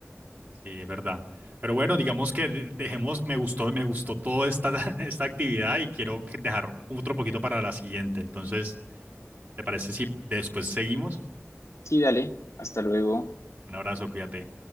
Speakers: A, on the right; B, on the left.
A: Sí, es verdad. Pero bueno, digamos que de- dejemos, me gustó, me gustó toda esta, <laughs> esta actividad y quiero que- dejar otro poquito para la siguiente. Entonces, ¿te parece si después seguimos?
B: Sí, dale, hasta luego.
A: Un abrazo, cuídate.